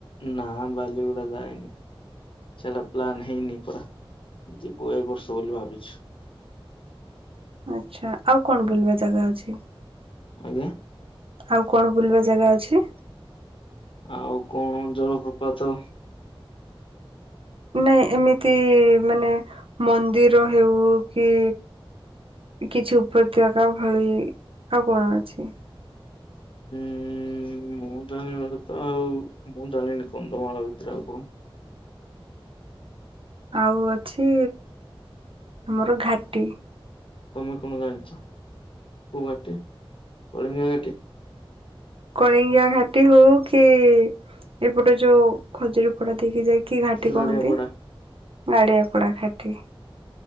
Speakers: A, on the left; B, on the right.
A: ନା ବାଲି ଗଡା ଯାଇନି। ସେଇଟା ପ୍ଲାନ୍ ହେଇନି ପୁରା ଯିବୁ ଏ ବର୍ଷ ବୋଲି ଭାବିଛୁ।
B: ଆଛା ଆଉ କଣ ବୁଲିବା ଜାଗା ଅଛି?
A: ଆଜ୍ଞା।
B: ଆଉ କଣ ବୁଲିବା ଜାଗା ଅଛି?
A: ଆଉ କଣ ଜଳପ୍ରପାତ
B: ନାଇଁ ଏମିତି ମାନେ ମନ୍ଦିର ହଉ କି କିଛି ଉପତ୍ୟକା ଭଳି ଆଉ କଣ ଅଛି?
A: <inaudible> ମୁଁ ଜାଣି ତ ଆଉ ମୁଁ ଜାଣିନି କନ୍ଧମାଳ ଭିତରେ ଆଉ କଣ,
B: ଆଉ ଅଛି ଆମର ଘାଟି।
A: ତମେ କଣ ଜାଣିଛ କୋଉ ଘାଟି କଳିଙ୍ଗ ଘାଟି?
B: କଳିଙ୍ଗିଆ ଘାଟି ହଉ କି ଏପଟ ଯୋଉ ଖଜୁରୀ ପଡା ଦେଇକି ଯାଇକ କି ଘାଟି
A: ଗାଡିଆ
B: କୁହନ୍ତି?
A: ପଡା
B: ଗାଡିଆ ପଡା ଖାଟି।